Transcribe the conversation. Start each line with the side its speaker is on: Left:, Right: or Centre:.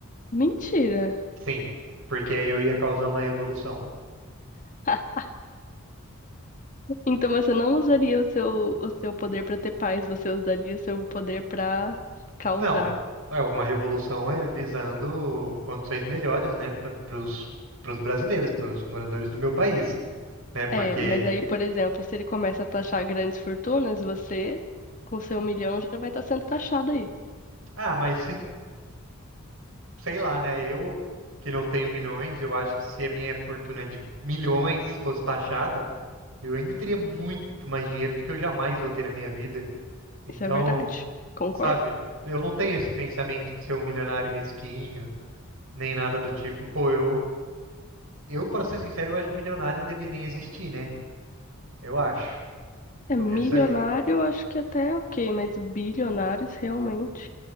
Left: Mentira!
Right: Sim, porque aí eu ia causar uma revolução.
Left: <laughs> Então você não usaria o seu, o seu poder pra ter paz, você usaria o seu poder pra causar.
Right: Não, é uma revolução é visando condições melhores, né? Para os brasileiros, para os moradores do meu país, né? Porque.
Left: É, mas aí, por exemplo, se ele começa a taxar grandes fortunas, você, com seu milhão, já vai estar sendo taxado aí.
Right: Ah, mas se, sei lá, né? Eu que não tenho milhões, eu acho que se a minha fortuna de milhões fosse taxada, eu ainda teria muito mais dinheiro do que eu jamais vou ter na minha vida. Então.
Left: Isso é verdade. Concordo.
Right: Sabe? Eu não tenho esse pensamento de ser um milionário mesquinho, nem nada do tipo. Pô, eu, eu, para ser sincero, eu acho que milionário não devia nem existir, né? Eu acho.
Left: É,
Right: Começa
Left: milionário,
Right: aí.
Left: eu acho que até é ok, mas bilionários realmente,